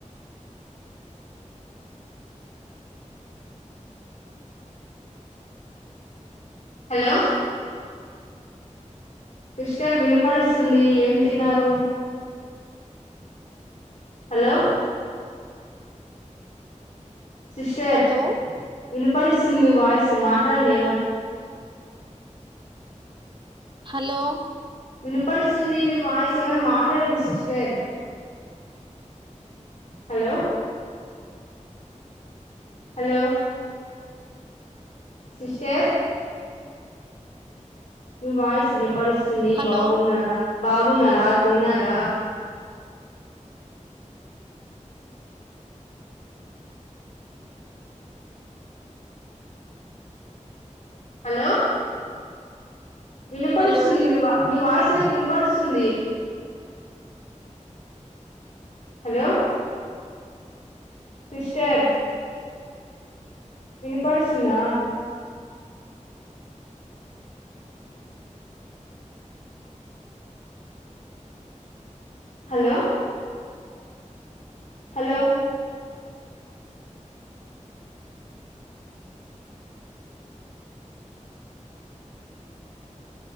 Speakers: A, on the left; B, on the right.
A: హలో సిస్టర్ వినపడిస్తుంది ఏం తిన్నారు హలో సిస్టర్
B: హలో
A: వినపడిస్తుంది మీ వాయిస్ మాట్లాడండి
B: హలో
A: వినపడిస్తుంది మీ వాయిస్ ఏమైన్నా మాట్లాడండి సిస్టర్ హలో హలో సిస్టర్ మీ వాయిస్ వినపడు వస్తుంది
B: హలో
A: బాగున్నరా బాగున్నారా తిన్నారా హలో వినపడుస్తుంది
B: హలో
A: మీ వా మీ వాయిస్ నాకు కినపడుస్తుంది హలో సిస్టర్ వినపడుస్తుందా హలో హలో